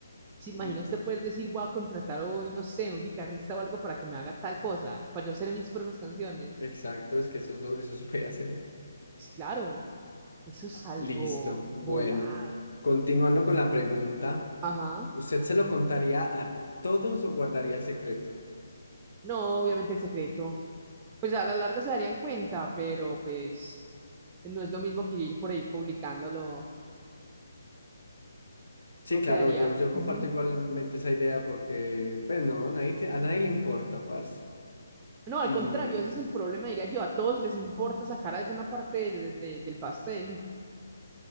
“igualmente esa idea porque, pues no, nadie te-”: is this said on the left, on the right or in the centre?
Left